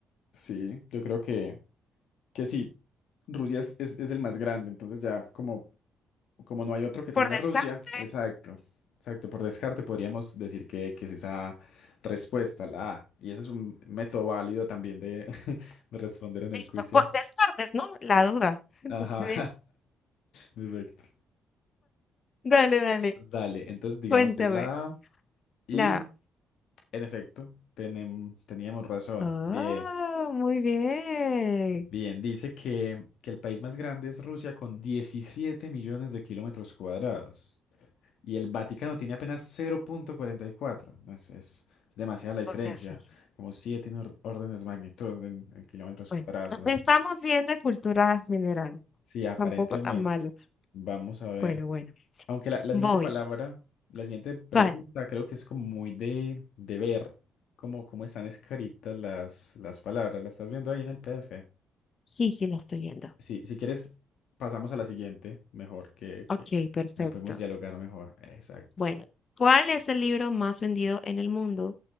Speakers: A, on the left (about 75°); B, on the left (about 45°).
A: sí, yo creo que, que sí, Rusia es, es, es el más grande, entonces ya como, como no hay otro que tenga
B: por descarte.
A: Rusia, exacto, exacto, por descarte podríamos decir que, que es esa respuesta, la A, y ese es un método válido también de, <laughs> de responder en
B: Listo,
A: el quiz, ¿cierto?
B: por descartes, ¿no? La duda. Entonces,
A: Ajá,
B: a ver,
A: <laughs> perfecto.
B: dale, dale,
A: Dale, entonces digamos
B: cuéntame.
A: que es la A, y
B: La...
A: en efecto, tenem- teníamos razón,
B: Ah,
A: bien.
B: muy bien.
A: Bien, dice que, que el país más grande es Rusia con 17 millones de kilómetros cuadrados y el Vaticano tiene apenas 0.44. No es, es, es demasiada la diferencia,
B: O sea, sí.
A: como 7 en or- órdenes de magnitud en, en kilómetros
B: Bueno,
A: cuadrados. bas-
B: estamos bien de cultura general.
A: Sí, aparentemente.
B: Tampoco tan malo.
A: Vamos a ver.
B: Bueno, bueno.
A: Aunque la, la
B: Voy.
A: siguiente palabra, la siguiente pregunta
B: ¿Cuál?
A: creo que es como muy de, de ver cómo, cómo están escritas las, las palabras. ¿La estás viendo ahí en el PDF?
B: Sí, sí, la estoy viendo.
A: Si, si quieres, pasamos a la siguiente, mejor, que,
B: Ok,
A: que
B: perfecto.
A: la podemos dialogar mejor. Exacto.
B: Bueno, ¿cuál es el libro más vendido en el mundo